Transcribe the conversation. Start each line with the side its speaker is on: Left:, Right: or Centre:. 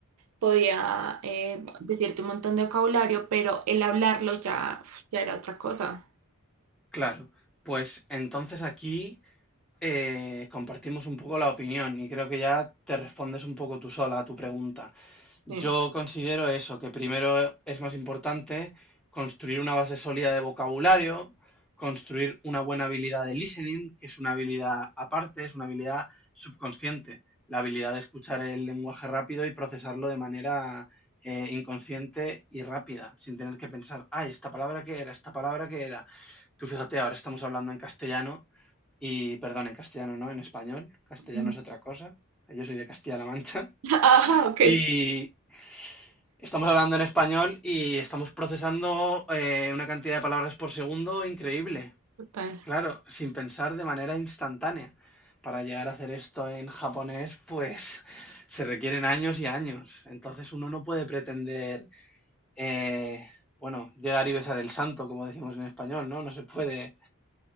Right: podía eh, decirte un montón de vocabulario, pero el hablarlo ya, uf, ya era otra cosa.
Centre: Claro, pues entonces aquí eh, compartimos un poco la opinión y creo que ya te respondes un poco tú sola a tu pregunta. Yo
Right: Sí.
Centre: considero eso, que primero es más importante construir una base sólida de vocabulario, construir una buena habilidad de listening, que es una habilidad aparte, es una habilidad subconsciente, la habilidad de escuchar el lenguaje rápido y procesarlo de manera eh, inconsciente y rápida, sin tener que pensar, ay, esta palabra qué era, esta palabra qué era. Tú fíjate, ahora estamos hablando en castellano y, perdón, en castellano no, en español, castellano
Right: Ujú.
Centre: es otra cosa. Yo soy de Castilla-La Mancha
Right: <laughs>
Centre: <laughs>
Right: Ajá, ok.
Centre: y, Estamos hablando en español y estamos procesando eh, una cantidad de palabras por segundo increíble.
Right: Total.
Centre: Claro, sin pensar de manera instantánea. Para llegar a hacer esto en japonés, pues <laughs> se requieren años y años. Entonces uno no puede pretender, eh, bueno, llegar y besar el santo, como decimos en español, ¿no? No se puede